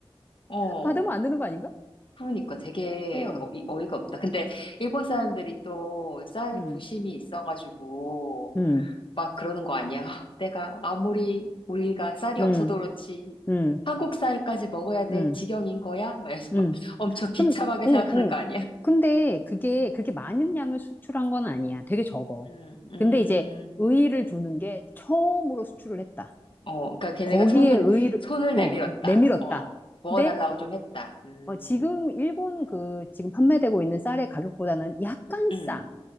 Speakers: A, on the left; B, on the left.
A: 어,
B: 받으면 안 되는 거 아닌가?
A: 그러니까 되게
B: 어,
A: 어, 이- 어이가 없다. 근데 일본 사람들이 또 쌀
B: 음,
A: 부심이 있어가지고
B: 음,
A: 막 그러는 거 아니야? <laughs> 내가 아무리 우리가 쌀이
B: 음,
A: 없어도 그렇지
B: 음,
A: 한국 쌀까지 먹어야 될
B: 음,
A: 지경인 거야? 막 이래서
B: 음.
A: 막 <laughs> 엄청 비참하게
B: 근, 응,
A: 생각하는
B: 응.
A: 거 아니야?
B: 근데 그게 그렇게 많은 양을 수출한 건 아니야. 되게 적어.
A: 음, 음,
B: 근데 이제 의의를 두는 게 처음으로 수출을 했다.
A: 어, 그러니까 걔네가
B: 거기에
A: 손을
B: 의의를,
A: 손을
B: 어,
A: 내밀었다.
B: 내밀었다.
A: 어, 먹어달라고
B: 근데
A: 좀 했다. 음,
B: 어, 지금 일본 그 지금 판매되고 있는 쌀의 가격보다는 약간 싸.
A: 음,